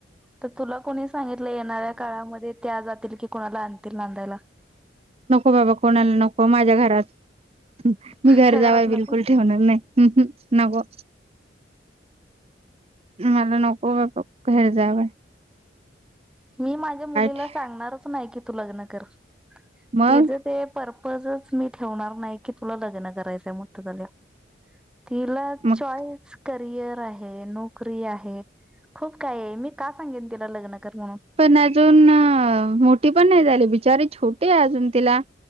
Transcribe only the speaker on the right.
नको बाबा, कोणाला नको माझ्या घरात. मी
घर जावई
बिलकुल
ठेवणार नाही. हम् हम् नको. मला नको बापा घर जावई.
ठे
मग
मग
पण अजून मोठी पण नाही झाली, बिचारीे छोटी अजून तिला